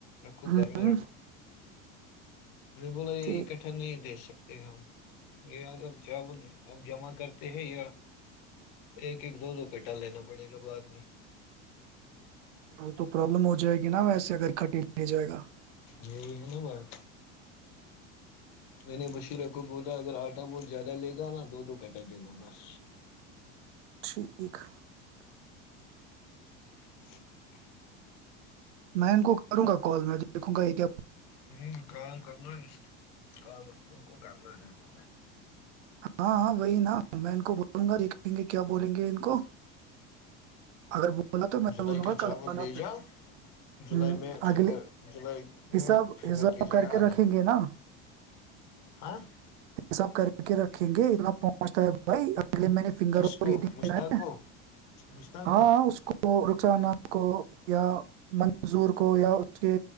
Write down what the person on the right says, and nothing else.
ہوں
ٹھیک
ہاں تو پرابلم ہو جائے گی نا ویسے اگر کھٹٹی نہیں جائے گا
<inaudible>
میں ان کو کروں گا کال میں دیکھوں گا ایک
ہاں ہ وہی نہا میں ان کو بولوں گا یں گے کیا بولیں گے ان کو اگر بولا تو میں
بولوں گا
کل
آنا
پھر
ہ
اگلے
حساب
حساب کر
کے رکھیں گے نا
یہ سب کر <unintelligible> کر کے رکھیں گے اتنا پہنچتا ہے بھائی اے میں نے فن
یہ
دا ہے
ہاں
اس کو رکسانا کو یا منظور کو یا اس کے